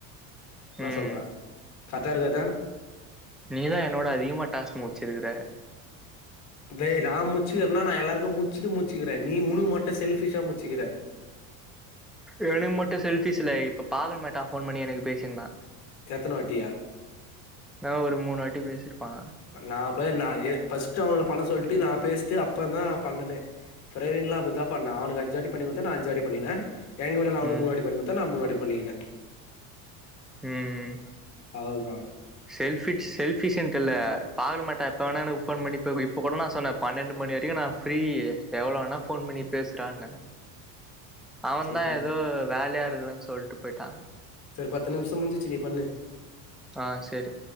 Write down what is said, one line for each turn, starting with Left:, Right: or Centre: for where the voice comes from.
Left: என்ன
Centre: ம்
Left: சொல்ற கரக்டா இருக்காது
Centre: நீதா என்னோட அதிகமா டாஸ்க் முடிச்சிருக்கற
Left: டேய் நா முச்சிகிறனா நா எல்லாருக்கு முச்சிட்டு முச்சுகிறே நீ உனுக்கு மட்டு செல்ஃபிஷா முச்சிகிற
Centre: எனக்கு மட்டு செல்ஃபிஸ் இல்லே இப்ப பாக்கமட்டா ஃபோன் பண்ணி எனக்கு பேசிருந்தா
Left: த்தன வாட்டியா
Centre: நா ஒரு மூணுவாட்டி பேசிருப்பா
Left: நா பேரு நா ஏ ஃபர்ஸ்ட் அவுங்ள பண்ண சொல்ட்டு நா பேசிட்டு அப்பற தா நா பண்ணனே பிரவீன்லா அப்டிதா பண்ணா அவனுக்கு அஞ்சிவாட்டி பண்ணி குடுத்த நா அஞ்சிவாட்டி பண்ணின எங்க கூடலா அவுனுக்கு
Centre: ம்
Left: மூணு வாட்டி பண்ணி குத்தா நா மூணு வாட்டி பண்ணிகின
Centre: ம்
Left: அவ்ளதா
Centre: செல்ஃபி செல்ஃபிஷ்ன்டில்ல பார்மெட்டா எப்ப வேணா எனக்கு ஃபோன் பண்ணி ப்ப இப்ப கூட நா சொன்ன பன்னெண்டு மணிவரைக்கு நா ஃப்ரீ எவ்ள வேனா ஃபோன் பண்ணி பேசுறான்ன அவந்தா
Left: சரி பத்
Centre: எதோ வேலையா இருக்றன் சொல்ட்டு போய்ட்டா
Left: சரி பத்து நிமிஷ முடிஞ்சிச்சு நீ பண்ணு
Centre: ஆ சரி